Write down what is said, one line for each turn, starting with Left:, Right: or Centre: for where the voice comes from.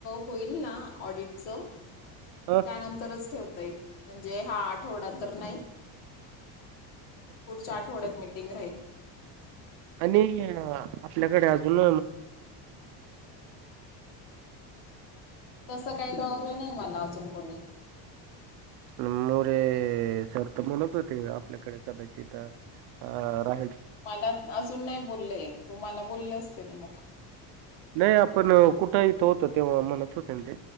Left: होईल ना ऑडिटच त्यानंतरच
Right: अ
Left: ठेवता येईल, म्हणजे हा आठवडा तर नाही. पुढच्या आठवड्यात मिटिंग राहील.
Right: आणि आपल्याकडे अजून, <unintelligible>
Left: तसं काही कळवलं नाही मला अजून कोणी,
Right: नमरे, सर तर म्हणत होते आपल्याकडे कदाचित रा,
Left: मला अजून नाही बोललेय तू मला बोलले असतील मग,
Right: नाही आपण कुठेहीथ होत, तेव्हा म्हणत होते ते